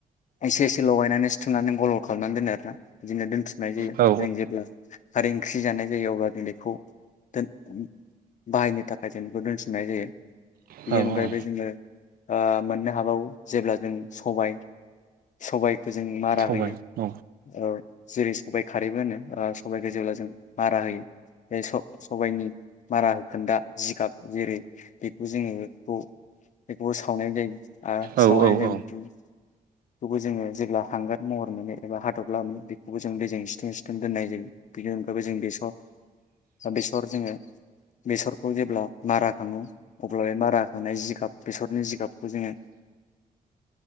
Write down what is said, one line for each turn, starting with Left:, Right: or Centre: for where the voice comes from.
Left: एसे एसे लगायनानै सिथुमनानै गल्ल खालामनानै दोनो आरोना बिदिनो दोनथुमनाय जायो
Right: औ
Left: जों जेब्ला खारै ओंख्रि जानाय जायो अब्ला जों बेखौ दोन उम बाहायनो थाखाय जों बेखौ दोनथुमनाय जायो
Right: औ
Left: बेनि अनगायैबो
Right: औ
Left: जोङो ओ मोननो हाबावो। जेब्ला जों सबायाइ सबाइखौ जों मारा
Right: सबाय
Left: होयो
Right: औ
Left: ओ जेरै सबाइ खारैबो होनो सबखौ जेब्ला जों मारा होयो बे सबायाइनि मारा होखोन्दा जिगाब जेरै बेखौ जोङो बेखौ बेखौबो सावनाय जायो आरो
Right: औ
Left: सावनानै
Right: औ औ
Left: जों बेखौबो
Right: औ
Left: जोङो जेब्ला हांगार महर मोनो एबा हादबला मोनो बेखौबो जों दैजों सिथों सिथोन दोननाय जायो बेनि अनगायैबो जों बेसर बेसर जोङो बेसरखौ जेब्ला मारा खाङो अब्ला बे मारा होाखांनाय जिगाब बेसरनि जिगाबखौ जोङो